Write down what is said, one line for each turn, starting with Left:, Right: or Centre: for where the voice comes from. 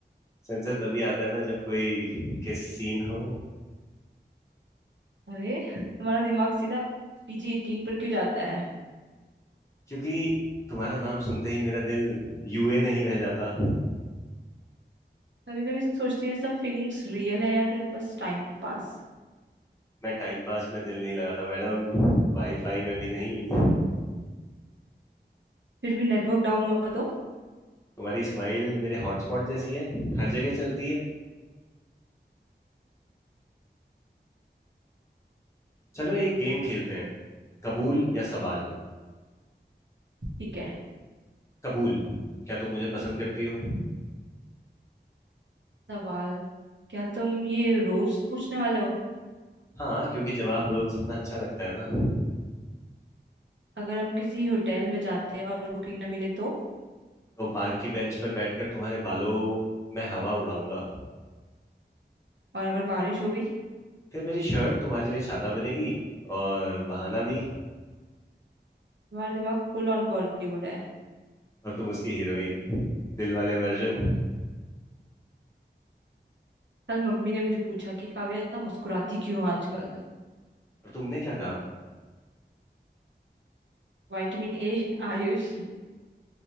Left: सेंसर तभी आता है ना जब कोई किस सीन हो
Right: अरे तुम्हारा दिमाग सीधा पीजी एटीन पर क्यों जाता है
Left: क्योंकि तुम्हारा नाम सुनते ही मेरा दिल यूए नहीं रह जाता
Right: कभी कभी सोचती हूँ ये सब फीलिंग्स रियल है या फिर बस टाइम पास
Left: मैं टाइम पास में दिल नहीं लगाता मैडम वाईफाई में भी नहीं
Right: फिर भी नेटवर्क डाउन हुआ तो
Left: तुम्हारी स्माइल मेरे हॉटस्पॉट जैसी है हर जगह चलती है चलो एक गेम खेलते हैं कबूल या सवाल
Right: ठीक है
Left: कबूल क्या तुम मुझे पसंद करती हो
Right: सवाल क्या तुम ये रोज पूछने वाले हो
Left: हाँ क्योंकि जवाब रोज सुनना अच्छा लगता है ना
Right: अगर हम किसी होटल में जाते हैं और बुकिंग ना मिले तो
Left: तो पार्क की बेंच पर बैठकर तुम्हारे बालों में हवा उड़ाऊंगा
Right: और अगर बारिश हो गई
Left: फिर मेरी शर्ट तुम्हारे लिए छाता बनेगी और बहाना भी
Right: तुम्हारा दिमाग फुल ऑन बॉलीवुड है
Left: और तुम उसकी हीरोइन दिल वाले वर्जन
Right: कल मम्मी ने मुझे पूछा कि काव्या इतना मुस्कुराती क्यों हो आजकल
Left: और तुमने क्या कहा
Right: Vitamin ए आयुष